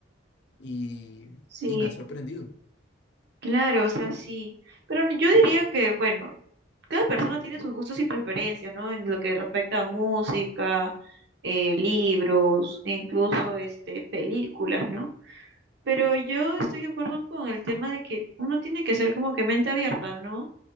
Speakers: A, on the left; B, on the right.
A: Y,
B: Sí.
A: y me ha sorprendido.
B: Claro, o sea, sí. Pero yo diría que, bueno, cada persona tiene sus gustos y preferencias, ¿no? En lo que respecta a música, eh, libros, e incluso este, películas, ¿no? Pero yo estoy de acuerdo con el tema de que uno tiene que ser como que mente abierta, ¿no?